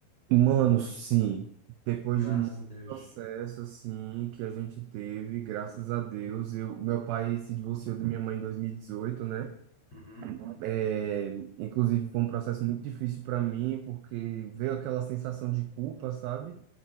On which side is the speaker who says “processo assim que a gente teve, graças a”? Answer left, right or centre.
Right